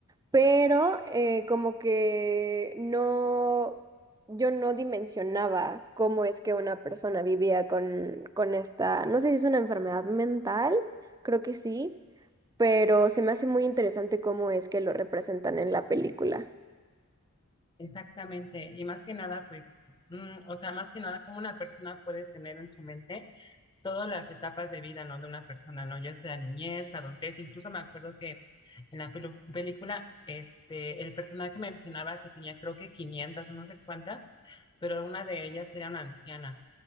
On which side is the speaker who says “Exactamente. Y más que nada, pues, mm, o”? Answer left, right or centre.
Left